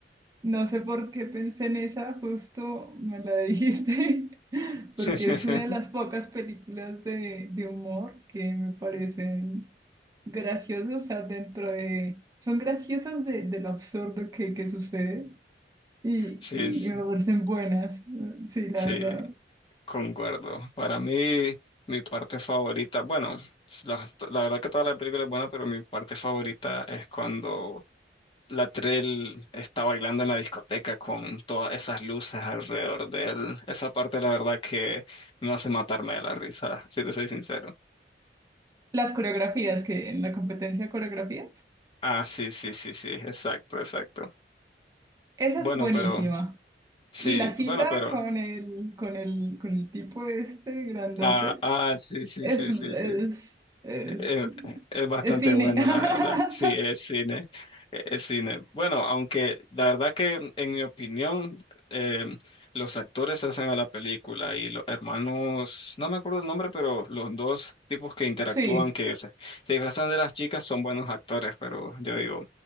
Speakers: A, on the right; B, on the left.
A: No sé por qué pensé en esa, justo me la dijiste, <laughs>
B: <laughs>
A: porque es una de las pocas películas de, de humor que me parecen graciosos, o sea, dentro de... Son graciosas de, de lo absurdo que, que sucede y,
B: Sí,
A: y,
B: sí,
A: y me parecen buenas, sí, la
B: sí.
A: verdad.
B: Concuerdo. Para mí, mi parte favorita, bueno, la, la verdad que toda la película es buena, pero mi parte favorita es cuando Latrell está bailando en la discoteca con todas esas luces alrededor de él. Esa parte, la verdad, que me hace matarme de la risa, si te soy sincero.
A: Las coreografías que en la competencia de coreografías,
B: Ah, sí, sí, sí, sí, exacto, exacto.
A: esa
B: Bueno,
A: es buenísima.
B: pero, sí,
A: Y la cita
B: bueno, pero,
A: con el, con el, con el tipo este grandote
B: ah, ah, sí, sí,
A: es,
B: sí, sí,
A: es,
B: sí.
A: es,
B: Eh, Es, bastante
A: es cine.
B: bueno, la verdad. Sí,
A: <laughs>
B: es cine. eh, Es cine. Bueno, aunque la verdad que mm, en mi opinión, eh, los actores hacen a la película y los hermanos, no me acuerdo el nombre, pero los dos tipos que interactúan,
A: Sí,
B: que se, se disfrazan de las chicas, son buenos actores, pero yo digo,